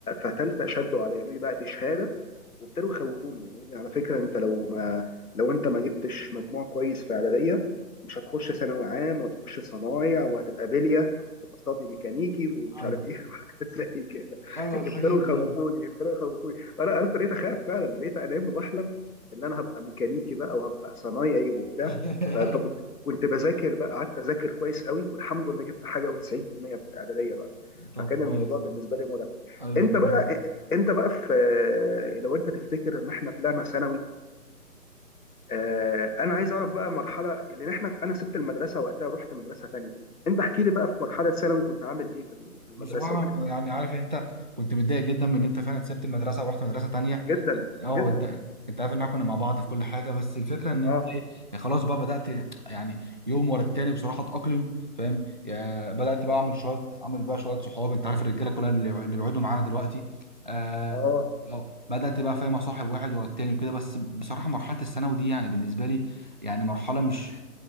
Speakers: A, on the left; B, on the right.
A: فتالتة شدوا عليا قالوا لي بقى دي شهاده وابتدوا يخوفوني يعني يقول لي على فكره انت لو ما لو انت ما جبتش مجموع كويس في اعداديه مش هتخش ثانوي عام وهتخش صنايع وهتبقى بليه تبقى طبي ميكانيكي ومش
B: ايوه
A: عارف ايه <laughs> وحاجات زي كده
B: ايوه الحاجات
A: ابتدوا
B: دي
A: يخوفوني
B: ايوه
A: ابتدوا يخوفوني انا انا ابتديت اخاف فعلا بقيت انام وبحلم ان انا هبقى ميكانيكي بقى وهبقى صنايعي وبتاع
B: <laughs> ايوه
A: ف- فكنت كنت بذاكر بقى قعدت اذاكر كويس قوي والحمد لله جبت حاجه و90% في اعداديه بقى فكان
B: طب كويس
A: الموضوع بالنسبه لي مرعب
B: ايوه
A: انت
B: جميل
A: بقى انت بقى في لو انت تفتكر لما احنا طلعنا ثانوي اه، انا عايز اعرف بقى مرحله لان احنا انا سبت المدرسه وقتها رحت مدرسه تانية انت احكي لي بقى في مرحله ثانوي كنت عامل ايه في ال- في المدرسه
B: بصراحة
A: وكده
B: يعني عارف انت كنت متضايق جدا من ان انت فعلا سبت المدرسة ورحت مدرسة تانية
A: جدا
B: اه
A: جدا
B: انت انت عارف ان احنا كنا مع بعض في كل حاجة بس الفكرة ان
A: اه
B: انت ايه يعني خلاص بقى بدأت يعني يوم ورا التاني بصراحة اتأقلم فاهم يا- بدأت بقى اعمل شوية اعمل بقى شوية صحاب انت عارف الرجالة كلها اللي اللي بيقعدوا معانا دلوقتي آه
A: اه
B: اه، بدأت بقى فاهم اصاحب واحد ورا التاني وكده بس بصراحة مرحلة الثانوي دي يعني بالنسبة لي يعني مرحلة مش